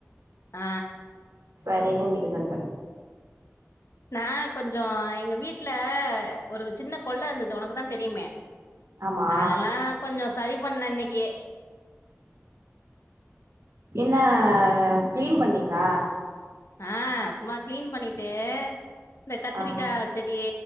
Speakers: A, on the left; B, on the right.
A: ஆ
B: சரின்னு இன்னைக்கு செஞ்ச
A: நா கொஞ்சோ எங்க வீட்ல ஒரு சின்ன கொல்ல இருந்தது ஒனக்கு தா தெரியுமே
B: ஆமா
A: அதெல்லா கொஞ்சோ சரி பண்ண இன்னைக்கு
B: என்னா கிளீன் பண்ணீங்ளா
A: ஆ சும்மா கிளீன் பண்ணிட்டு இந்த கத்திரிக்கா
B: ஆ
A: செடி